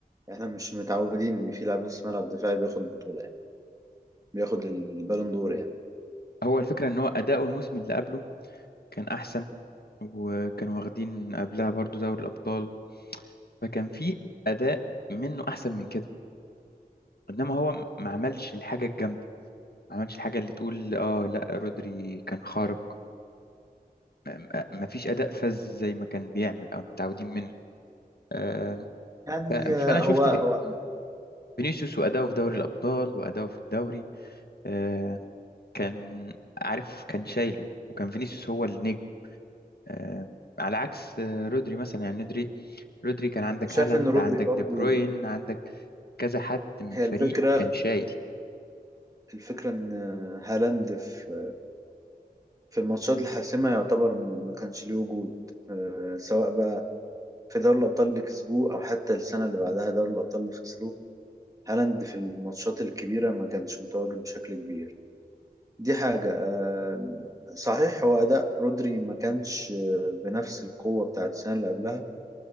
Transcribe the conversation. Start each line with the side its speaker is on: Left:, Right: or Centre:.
Right: احنا مش متعودين ان في لاعب نص ملعب دفاعي بياخد بطولة يعني بياخد البالون دور يعني
Left: هو الفكره ان هو اداؤه الموسم اللي قبله كان احسن وكانوا واخدين قبلها برضو دوري الابطال فكان في اداء منه احسن من كده انما هو ما عملش الحاجه الجامده ما عملش الحاجة اللي تقول اه لا رودري كان خارق م- م- ما فيش أداء فذ زي ما كان بيعمل أو متعودين منه آه،
Right: يعني
Left: ف- فأنا
Right: آه،
Left: شفت
Right: هو هو
Left: في- فينيسيوس وأداؤه في دوري الأبطال وأداؤه في الدوري آه، كان عارف كان شايله وكان فينيسيوس هو النجم آه، على عكس آه، رودري مثلا يعني رودري رودري كان عندك
Right: أنا شايف
Left: هالاند
Right: ان رودري
Left: عندك
Right: برضو
Left: دي بروين عندك كذا حد من
Right: هي
Left: الفريق
Right: الفكرة
Left: كان شايل
Right: الفكرة ان آه، هالاند في في الماتشات الحاسمة يعتبر ما ما كانش ليه وجود آه، سواء بقى في دوري الابطال اللي كسبوه او حتى السنة اللي بعدها دوري الابطال اللي خسروه هالاند في الماتشات الكبيرة ما كانش متواجد بشكل كبير دي حاجة آه، صحيح هو أداء رودري ما كانش آه، بنفس القوة بتاعت السنة اللي قبلها